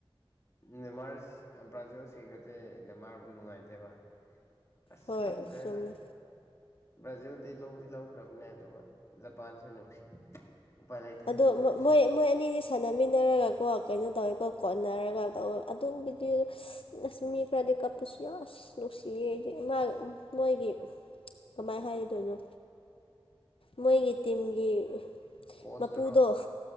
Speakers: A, on the left (about 30°); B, on the left (about 75°).
A: ꯅꯦꯃꯥꯔ ꯕ꯭ꯔꯥꯖꯤꯜ ꯁꯤꯈ꯭ꯔꯗꯦ ꯅꯦꯃꯥꯔꯕꯨ ꯅꯨꯡꯉꯥꯏꯇꯦꯕ ꯑꯁ
B: ꯍꯣꯏ
A: ꯈꯪꯗ꯭ꯔꯦꯗ
B: ꯆꯨꯝꯃꯦ
A: ꯕ꯭ꯔꯥꯖꯤꯜꯗꯤ ꯂꯧꯗꯤ ꯂꯧꯈ꯭ꯔꯕꯅꯦ ꯑꯗꯨ ꯖꯄꯥꯟꯁꯦ ꯅꯨꯡꯁꯤ ꯂꯩꯇ꯭ꯔꯦ
B: ꯑꯗꯣ
A: ꯑꯗꯨ ꯑꯣꯏꯔꯁꯨ
B: ꯃꯣꯏ ꯃꯣꯏ ꯑꯅꯤꯗꯤ ꯁꯥꯟꯅꯃꯤꯟꯅꯔꯒꯀꯣ ꯀꯩꯅꯣ ꯇꯧꯋꯦꯀꯣ ꯀꯣꯟꯅꯔꯒ
A: <unintelligible>
B: ꯇꯧꯋꯦ ꯑꯗꯨ ꯚꯤꯗꯤꯑꯣ ꯑꯁ ꯃꯤ ꯈꯔꯗꯤꯩ ꯀꯥꯞꯄꯁꯨ ꯌꯥꯝꯁ ꯅꯨꯡꯁꯤꯌꯦ ꯍꯥꯏꯗꯤ ꯃꯣꯏꯒꯤ ꯀꯃꯥꯏꯅ ꯍꯥꯏꯔꯤꯗꯣꯏꯅꯣ ꯃꯣꯏꯒꯤ ꯇꯤꯝꯒꯤ
A: ꯀꯣꯁꯇꯔꯣ
B: ꯃꯄꯨꯗꯣ